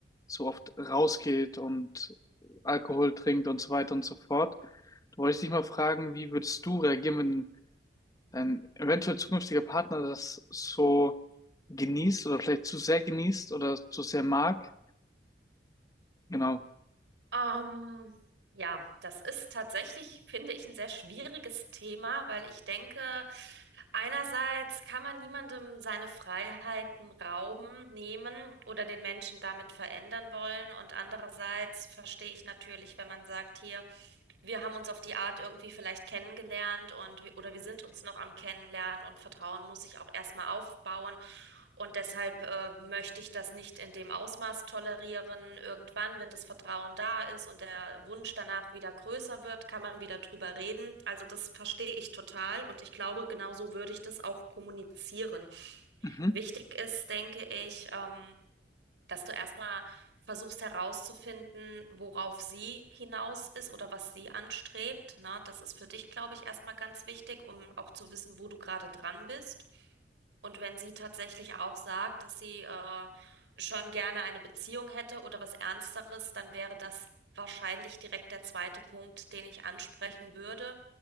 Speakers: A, on the left; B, on the right.
A: so oft rausgeht und Alkohol trinkt und so weiter und so fort. Da wollte ich dich mal fragen, wie würdest du reagieren, wenn dein eventuell zukünftiger Partner das so genießt oder vielleicht zu sehr genießt oder zu sehr mag? Genau.
B: Ähm, ja, das ist tatsächlich, finde ich, ein sehr schwieriges Thema, weil ich denke, einerseits kann man niemandem seine Freiheiten rauben, nehmen oder den Menschen damit verändern wollen. Und andererseits verstehe ich natürlich, wenn man sagt, hier, wir haben uns auf die Art irgendwie vielleicht kennengelernt und wir- oder wir sind uns noch am Kennenlernen und Vertrauen muss sich auch erstmal aufbauen. Und deshalb äh, möchte ich das nicht in dem Ausmaß tolerieren. Irgendwann, wenn das Vertrauen da ist und der Wunsch danach wieder größer wird, kann man wieder drüber reden. Also das verstehe ich total und ich glaube, genauso würde ich das auch kommunizieren.
A: Mhm.
B: Wichtig ist, denke ich, ähm, dass du erstmal versuchst herauszufinden, worauf sie hinaus ist oder was sie anstrebt. Ne? Das ist für dich, glaube ich, erstmal ganz wichtig, um auch zu wissen, wo du gerade dran bist. Und wenn sie tatsächlich auch sagt, dass sie äh, schon gerne eine Beziehung hätte oder was Ernsteres, dann wäre das wahrscheinlich direkt der zweite Punkt, den ich ansprechen würde.